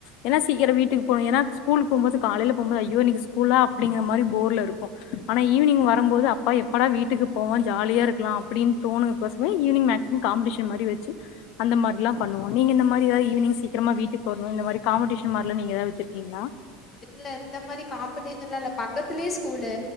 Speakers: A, on the left; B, on the left.
A: ஏன்னா சீக்கிர வீட்டுக் போணு ஏன்னா ஸ்கூலுக்கு போம்போது காலைல போம்போது ஐயோ இன்னைக்கு ஸ்கூலா அப்டிங்க மாரி போர்ல இருக்கு ஆனா ஈவினிங் வரும்போது அப்பா எப்படா வீட்டுக்கு போவ ஜாலியா
B: இப்போ
A: இருக்குலா அப்டின் தோணதுக்கோசமே ஈவினிங் மேக்சிமம் காம்படிஷன் மாரி வெச்சு அந்த மாரிலா பண்ணுவோ நீங்க இந்த மாரி ஏதாவது ஈவினிங் சீக்கிரமா வீட்டுக் வர்ணு இந்த மாரி காம்படிஷன் மார்லா நீங்க ஏதாவது வச்சிருக்கீங்ளா
B: இல்ல இந்த மாரி காம்படிஷன்லா இல்ல பக்கத்துலயே ஸ்கூலு